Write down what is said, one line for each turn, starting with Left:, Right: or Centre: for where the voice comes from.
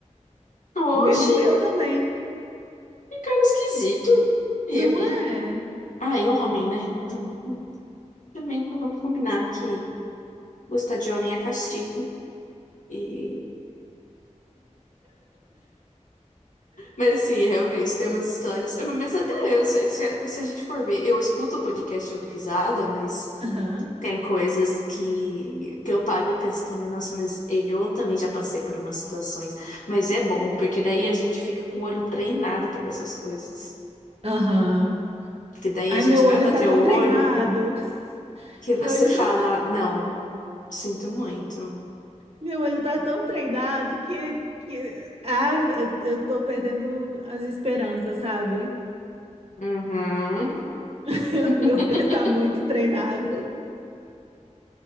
Left: oxe,
Right: O erro meu também.
Left: que cara esquisito. Eu,
Right: Não
Left: hein?
Right: é?
Left: Ai, homem, né? Ai, também não vamos combinar que Gostar de homem é castigo. E... Mas sim, é, realmente, tem umas histórias. é, Mas até eu, se, se- se a gente for ver, eu escuto o podcast, eu dou risada, mas
Right: Aham,
Left: tem coisas que, que eu paro e penso também, nossa, mas eu também já passei por umas situações. Mas é bom, porque daí a gente fica com o olho treinado para essas coisas.
Right: aham.
Left: que daí
Right: Ai,
Left: a gente
Right: meu olho
Left: vai bater
Right: tá tão
Left: o olho
Right: treinado. <laughs>
Left: que
Right: Meu
Left: você
Right: olho
Left: fala,
Right: tá
Left: não, sinto muito.
Right: Meu olho tá tão treinado que, que... Ah, eu, eu tô perdendo as esperanças, sabe?
Left: Uhum.
Right: <laughs>
Left: <laughs>
Right: Meu olho tá muito treinado.